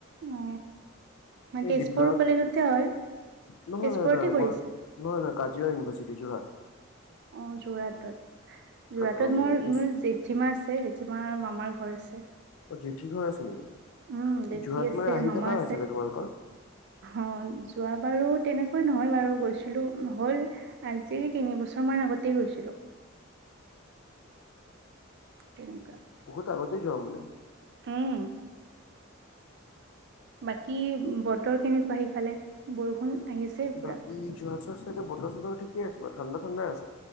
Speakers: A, on the right (about 55°); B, on the left (about 85°).
A: অ মানে
B: এই
A: তেজপুৰ
B: দীপনাক
A: কলেজতে হয়
B: নহয়
A: তেজপুৰতে
B: নহয় নহয়
A: কৰি
B: মই
A: আছা
B: নহয় নহয় কাজিয় ইউনিভাৰ্চিটি যোৰহাট।
A: অ যোৰহাটত যোৰহাটত
B: কৰোগৈ
A: মোৰ
B: পিছ
A: মোৰ জে জেঠীমা আছে জেঠীমাৰ মামাৰ ঘৰ আছে।
B: অ জেঠী ঘৰ আছে নেকি?
A: উম জেঠী
B: যোৰহাত
A: আছে
B: মানে আহি
A: মামা
B: থকা
A: আছে
B: হয় চাগে তোমালোকৰ?
A: অ যোৱা বাৰু তেনেকৈ নহয় বাৰু গৈছিলো, হল আজি তিন বছৰ মান আগতেই গৈছিলোঁ। তেনেকুৱা।
B: বহুত আগতেই যোৱা মানে?
A: উম। বাকী বতৰ কেনেকুৱা সেইফালে? বৰষুণ আহিছে পুৰা
B: বাকী যোৰহাটৰ চাইডে বতৰ চতৰ ঠিকে আছে বাৰু ঠাণ্ডা ঠাণ্ডাই আছে।